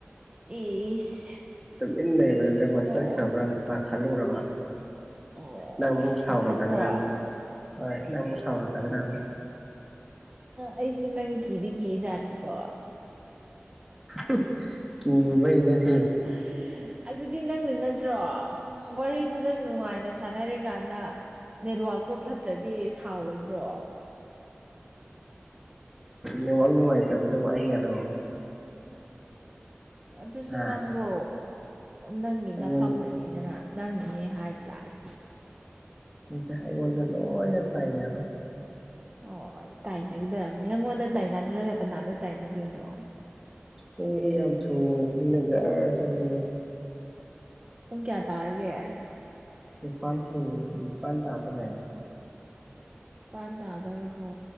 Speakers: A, on the right; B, in the centre.
A: ꯏꯁ
B: ꯇꯨꯃꯤꯟ ꯂꯩꯕꯗꯨꯗ
A: ꯅꯣꯛꯑꯣ
B: ꯇꯠꯈ꯭ꯔꯕ꯭ꯔꯥ ꯅ ꯄꯥꯈꯠꯂꯨꯔꯕ
A: ꯑꯣ
B: ꯅꯪ ꯑꯃꯨꯛ ꯁꯥꯎꯔꯛꯀꯗ꯭ꯔꯅ
A: ꯄꯥꯈꯠꯄ꯭ꯔꯣ
B: ꯍꯣꯏ ꯅꯪ ꯑꯃꯨꯛ ꯁꯥꯎꯔꯛꯀꯗ꯭ꯔꯅ
A: ꯑꯩꯁꯦ ꯅꯪ ꯀꯤꯗꯤ ꯀꯤꯖꯥꯠꯅꯤꯀꯣ <unintelligible>
B: <inaudible> ꯀꯤꯕꯩ ꯅꯠꯇꯦ
A: <unintelligible> ꯑꯗꯨꯗꯤ ꯅꯪꯅ ꯅꯠꯇ꯭ꯔꯣ ꯋꯥꯔꯤ ꯐꯖꯅ ꯅꯨꯡꯉꯥꯏꯅ ꯁꯥꯟꯅꯔꯤꯀꯥꯟꯗ ꯅꯦꯠꯋꯥꯛꯇꯣ ꯐꯠꯇ꯭ꯔꯗꯤ ꯁꯥꯎꯔꯣꯏꯗ꯭ꯔꯣ
B: ꯅꯦꯋꯥꯛ ꯅꯨꯡꯉꯥꯏꯇꯕꯗꯨꯕꯨ ꯑꯩꯅꯔꯣ
A: ꯑꯗꯨꯁꯨ
B: ꯍꯥ
A: ꯅꯪꯗꯣ ꯅꯪꯒꯤ
B: ꯑꯩꯉꯣꯟ
A: ꯅꯐꯝꯗ ꯃꯤꯗꯅ ꯅꯪꯅꯅꯤ ꯍꯥꯏꯕ ꯇꯥꯔꯦ
B: ꯑꯩꯉꯣꯟꯗꯅ ꯂꯣꯏꯅ ꯇꯥꯏꯅꯔꯣ
A: ꯑꯣ ꯇꯥꯏꯅꯒꯗꯕꯅꯤ ꯅꯪꯉꯣꯟꯗ ꯇꯥꯏꯅꯗ꯭ꯔꯒ ꯀꯅꯥꯗ ꯇꯥꯏꯅꯗꯣꯏꯅꯣ
B: ꯄꯨꯡꯁꯤ ꯌꯥꯝ ꯊꯨꯅ ꯆꯠꯅ ꯖꯔ ꯆꯠꯂꯦꯅꯦ
A: ꯄꯨꯡ ꯀꯌꯥ ꯇꯥꯔꯒꯦ
B: ꯅꯤꯄꯥꯟ ꯍꯦꯜꯂꯦ ꯅꯤꯄꯥꯟ ꯇꯥꯗꯣꯔꯦ
A: ꯅꯤꯄꯥꯟ ꯇꯥꯗꯧꯔꯕꯣ